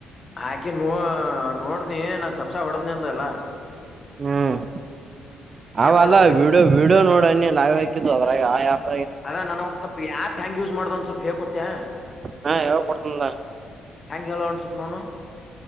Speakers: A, on the left; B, on the right.
A: ಆಕಿ ನೋ ನೋಡನಿ ನಾ ಸಪ್ಸಾ ಹೊಡದ್ನಿ ಅಂದಲ್ಲ
B: ಹ್ಮ್ ಅವಲ್ಲ
A: ಹೊಡಸ್ರಿ
B: ವಿಡಿಯೋ ವಿಡಿಯೋ ನೋಡನಿ ಲೈವ್ ಹಾಕಿದ್ದು ಅದ್ರಾಗ ಆ ಆಪ್
A: ಅದ ನನಗ ಒಂದ ಸ್ವಲ್ಪ ಆಫ್ ಹೆಂಗ ಯೂಸ್ ಮಾಡೋದು ಒಂದು ಸ್ವಲ್ಪ ಹೇಳ ಕೊಡ್ತೀಯಾ
B: ಹಾ ಯಾವಾಗ ಕೊಡ್ತನಲ್ಲ
A: ಹೆಂಗ ಹೇಳ ಸ್ವಲ್ಪ ನೋಡನು